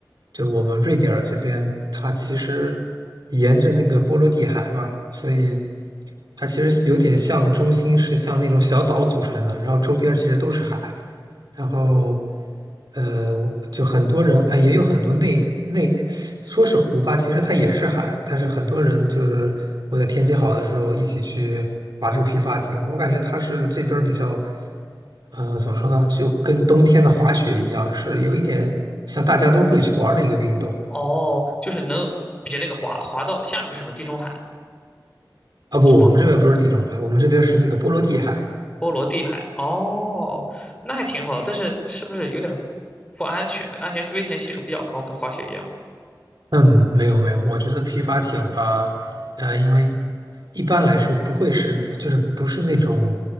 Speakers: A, on the right; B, on the left.
A: 就我们瑞典儿这边，它其实沿着那个波罗的海嘛，所以它其实有点像中心是像那种小岛组成的，然后周边儿其实都是海，然后呃，我就很多人，哎，也有很多内内说是湖吧，其实它也是海，但是很多人就是我在天气好的时候一起去划这个皮划艇，我感觉它是这边儿比较。呃，怎么说呢？就跟冬天的滑雪一样，是有一点像大家都会去玩儿的一个运动。
B: 哦，就是能比那个滑滑到下面是什么？地中海
A: 啊，不，
B: 是吗？
A: 我们这边不是地中海，我们这边是那个波罗的海。
B: 波罗的海。哦，那还挺好的，但是是不是有点儿不安全？安全危险系数比较高，跟滑雪一样。
A: 嗯，没有没有，我觉得皮划艇吧，呃，因为一般来说不会是，就是不是那种